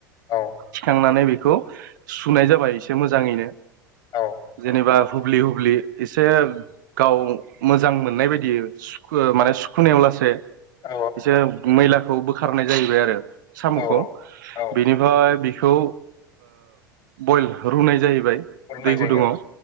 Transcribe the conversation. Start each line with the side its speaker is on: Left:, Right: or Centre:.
Left: औ
Right: थिखांनानै बेखौ सुनाय जाबाय एसे मोजाङैनो
Left: औ
Right: जेनेबा हुब्लि हुब्लि एसे गाव मोजां मोननाय बायदि सुखु माने सुखुनायाव लासे
Left: औ
Right: एसे मैलाखौ बोखारनाय जाहैबाय आरो साम'खौ
Left: औ औ
Right: बेनिफ्राय बिखौ बयल रुनाय जाहैबाय
Left: रुनाय
Right: दै
Left: जायो
Right: गुदुङाव